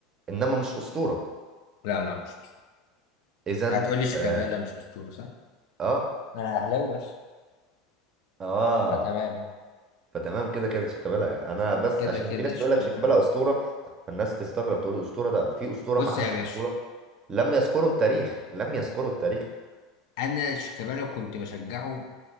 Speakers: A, on the right; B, on the left.
A: انما مش اسطورة
B: لا لا مش
A: اذا
B: هتقولي شيكابالا
A: اه
B: مش اسطوره صح
A: اه
B: انا اهلاوي بس
A: آه.
B: فتمام يعني
A: فتمام كده كده شيكابالا انا بس
B: كده
A: عشان
B: كده
A: في ناس
B: شيكابالا
A: تقول لك شيكابالا اسطورة فالناس تستغرب تقول اسطورة ده في اسطورة
B: بص
A: معهاش
B: يا باشا
A: بطولة لم يذكروا التاريخ لم يذكروا التاريخ
B: انا شيكابالا كنت بشجعه